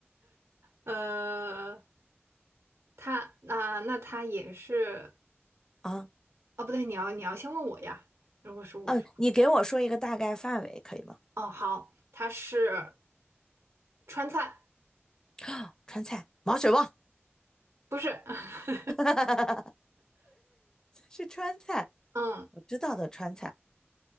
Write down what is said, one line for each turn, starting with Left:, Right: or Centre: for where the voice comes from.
Right: 呃，它那那它也是。
Left: 啊！
Right: 哦，不对，你要你要先问我呀。如果是我说，
Left: 嗯，你给我说一个大概范围可以吗？
Right: 哦，好，它是川菜，
Left: <gasps> 川菜，毛血旺
Right: 不是，<laughs>
Left: <laughs> 是川菜，
Right: 嗯
Left: 我知道的川菜。